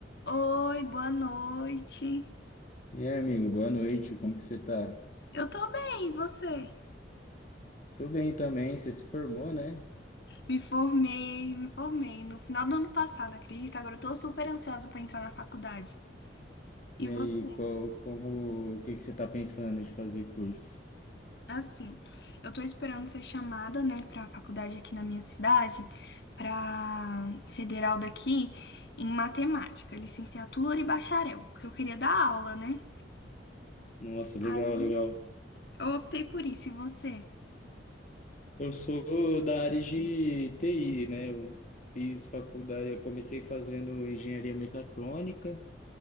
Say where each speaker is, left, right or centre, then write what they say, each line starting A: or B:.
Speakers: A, on the left; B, on the left.
A: Oi, boa noite.
B: E aí, amigo, boa noite, como que você tá?
A: Eu tô bem, e você?
B: Tô bem também, você se formou, né?
A: Me formei, me formei no final do ano passado, acredita? Agora eu tô super ansiosa pra entrar na faculdade. E
B: E
A: você?
B: aí, qual, como, o que que você tá pensando de fazer curso?
A: Assim, eu tô esperando ser chamada, né, pra faculdade aqui na minha cidade, pra federal daqui, em matemática, licenciatura e bacharel, porque eu queria dar aula, né?
B: Nossa, legal,
A: Aí
B: legal.
A: eu optei por isso, e você?
B: Eu sou da área de TI, né? Eu fiz faculdade, eu comecei fazendo engenharia mecatrônica,